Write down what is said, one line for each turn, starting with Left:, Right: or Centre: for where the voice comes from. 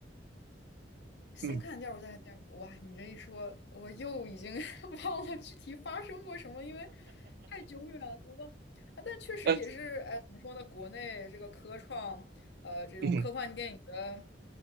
Left: 先看第二部再看第二部，
Right: 嗯，
Left: 哇，你这一说，我又已经 <laughs> 忘了具体发生过什么，因为太久远了啊。但确实也是，
Right: 呃，
Left: 哎，怎么说呢？国内这个科创，呃，这种科幻电影的
Right: 嗯，